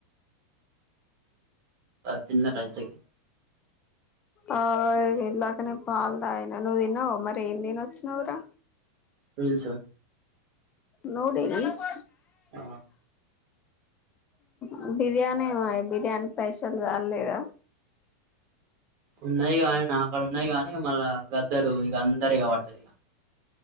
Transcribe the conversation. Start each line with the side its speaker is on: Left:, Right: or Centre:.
Right: తిన్నరా ఇంతకి
Left: ఆ ఇలాకనె పాల్ తాగినాను నువ్వు తిన్నావ మరి ఏం తినొచ్చినవురా
Right: పులిశ
Left: నూడిల్స్
Right: ఆ
Left: ఆ బిర్యానీ వై బిర్యానీ పైసల్ చాల్లేద
Right: ఉన్నయ్ కానీ నాక్కడ ఉన్నయ్ గానీ మళ్ళ గద్దరు ఇక అందరిగా పడతారు ఇక